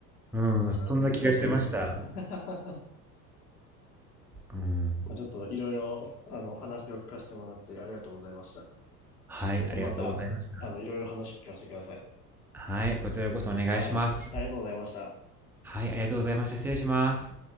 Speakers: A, in the centre; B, on the left.
A: うん、
B: まあ何年、
A: そんな気がしてました。
B: うーん。<laughs>
A: うん。
B: まあちょっといろいろ、あの、話を聞かせてもらってありがとうございました。
A: はい、
B: ちょっとまた、
A: ありがとうございました。
B: あの、いろいろ話聞かせてください。
A: はい、こちらこそお願いします。
B: はい。ありがとうございました。
A: はい、ありがとうございました。失礼します。